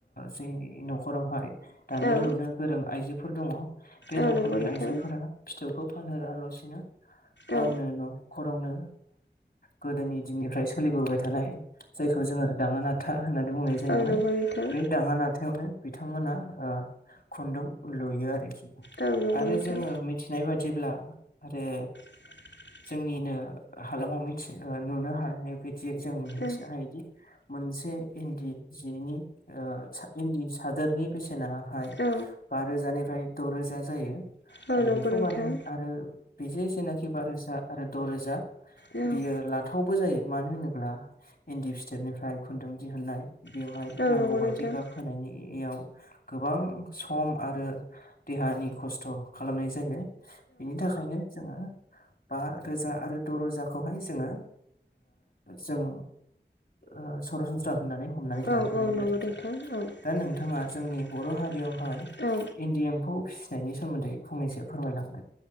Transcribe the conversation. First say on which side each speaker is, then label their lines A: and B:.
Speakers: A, on the left (about 50°); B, on the left (about 80°).
A: जों न'खरावहाय दानो
B: औ
A: लुनो गोरों आइजोफोर दङ बे
B: औ
A: न'खरनि
B: नंगौ नोंथां
A: आइजोफोरा फिथोबखौ फानहरालासिनो गावनो
B: औ
A: न' नखरावनो गोदोनि दिननिफ्राय सोलिबोबाय थानाय जायखौ जोङो दाङाना नाथा होननानै बुंनाय जायोमोन
B: जोङो बानाना औ नंगौ नोंथां
A: बे दाङा नाथायावनो बिथांमोना खुन्दुं लुयो आरोखि
B: औ नंगौ
A: आरो
B: नोंथां
A: जोङो मिथि नाय बादिब्ला आरो
B: <unintelligible>
A: जोंनिनो हालामाव मिथि नुनो हानाय बायदियै जों मिथिनो
B: औ
A: हायोदि मोनसे इन्दि जिनि इन्दि सादोरनि बेसेनाहाय
B: औ
A: बा रोजानिफ्राय द'रोजा जायो
B: औ
A: आरो
B: नंगौ
A: बेखौ
B: नोंथां
A: बानाय आरो बेजों जेनाखि बा रोजा आरो द' रोजा
B: औ नंगौ नोंथां। होनायनि
A: बियो ला थावबो जायो मानो होनोब्ला इन्दि फिथोबनिफ्राय खुन्दुं दिहुुननाय बेवहाय
B: बेयाव औ
A: नांगौ
B: नंगौ
A: बायदि
B: नोंथां
A: गाब होनायनि याव गोबां सम आरो देहानि खस्थ' खालामनाय जायो। बिनि थाखायनो जोङो बा रोजा आरो द' रोजाखौहाय जोङो जों ओ सरासनस्रा होननानै हमनानै
B: औ
A: लानो
B: औ
A: हायो
B: नंगौ
A: आरोखि।
B: नोंथां दा नोंथाङा जोंनि बर' हारियावहाय
A: दा नोंथाङा जोंनि बर' हारियावहाय
B: औ औ
A: इन्दि एम्फौ फि सिनायनि सोमोन्दै फंनैसो फोरमायलांदो।